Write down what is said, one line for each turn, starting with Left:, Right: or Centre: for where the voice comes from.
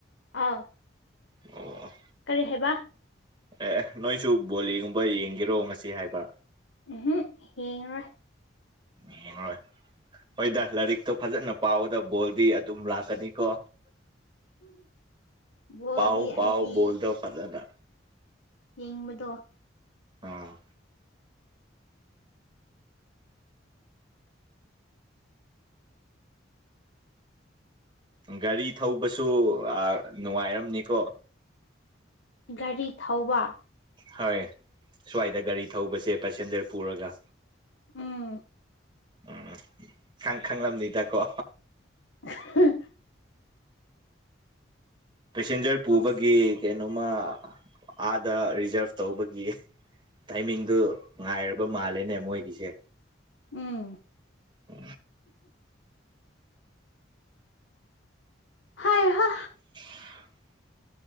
Left: ꯑꯥ
Right: ꯑꯣ
Left: ꯀꯔꯤ ꯍꯥꯏꯕ
Right: ꯑꯦ ꯅꯣꯏꯁꯨ ꯕꯣꯜꯒꯨꯝꯕ ꯌꯦꯡꯒꯦꯔꯣ ꯉꯁꯤ ꯍꯥꯏꯕ
Left: ꯎꯝꯍꯨꯝ ꯌꯦꯡꯑꯣꯏ
Right: ꯌꯦꯟꯒꯔꯣꯏ ꯍꯣꯏꯗꯥꯥ ꯂꯥꯏꯔꯤꯛ ꯇꯣ ꯐꯖꯅ ꯄꯥꯎꯗ ꯕꯣꯜꯗꯤ ꯑꯗꯨꯝ ꯂꯥꯛꯀꯅꯤꯀꯣ
Left: ꯕꯣꯜꯗꯤ
Right: ꯄꯎ ꯄꯎ
Left: ꯑꯩꯗꯤ
Right: ꯕꯣꯜꯗꯣ ꯐꯖꯅ
Left: ꯌꯦꯡꯕꯗꯣ
Right: ꯑꯥ ꯒꯥꯔꯤ ꯊꯧꯕꯁꯨ ꯅꯨꯡꯉꯥꯏꯔꯝ ꯅꯤꯀꯣ
Left: ꯒꯥꯔꯤ ꯊꯧꯕ
Right: ꯍꯣꯏ ꯁ꯭ꯋꯥꯏꯗ ꯒꯥꯔꯤ ꯊꯧꯕꯁꯦ ꯄꯦꯁꯦꯟꯖꯔ ꯄꯨꯔꯒ
Left: ꯎꯝ
Right: ꯎꯝ ꯈꯪ ꯈꯪꯂꯝ ꯅꯤꯗꯀꯣ
Left: <unintelligible>
Right: ꯄꯦꯁꯦꯟꯖꯔ ꯄꯨꯕꯒꯤ
Left: ꯑꯁ
Right: ꯀꯩꯅꯣꯃ ꯑꯥꯗ ꯔꯤꯖꯥꯔꯚ ꯇꯧꯕꯒꯤ ꯇꯥꯏꯃꯤꯡꯗꯨ ꯉꯥꯏꯔꯕ ꯃꯥꯜꯂꯦꯅꯦ ꯃꯣꯏꯒꯤꯁꯦ
Left: ꯎꯝ
Right: ꯎ
Left: ꯍꯩ ꯍꯥ
Right: <unintelligible>